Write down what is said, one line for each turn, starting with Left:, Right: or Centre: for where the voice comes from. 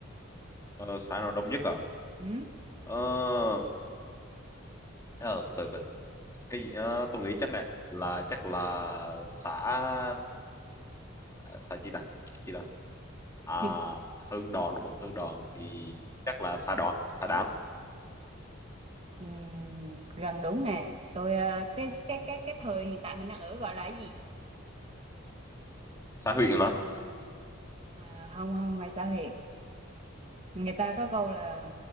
Left: Ờ, xả nào đông nhất à?
Right: Ừ
Left: Ờ, ờ, từ từ từ. Cái gì? ờ, tôi nghĩ chắc nè là chắc là xả xả, xả gì ta? Gì ta? À
Right: Hiện,
Left: hơn đòn đúng không? Hơn đòn thì chắc là xả đòn, xả đảng,
Right: ừm, gần đúng nè tôi ờ, cái cái cái cái thời hiện tại mình đang ở gọi là cái gì
Left: xả huyện đó.
Right: à, không không phải xã hội người ta có câu là